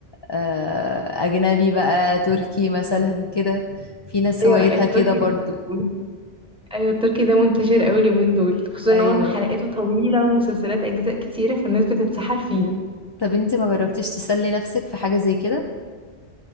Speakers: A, on the left; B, in the centre.
A: آه، اجنبي بقى تركي مثلا كده في ناس
B: ايوه
A: هوايتها
B: التركي
A: كده برضو
B: ده <laughs> ايوه التركي ده منتشر قوي اليومين دول خصوصا
A: ايوه
B: ان هو حلقاته طويله ومسلسلات اجزاء كتيره فالناس بتتسحل فيها
A: طب انت ما جربتيش تسلي نفسك في حاجة زي كده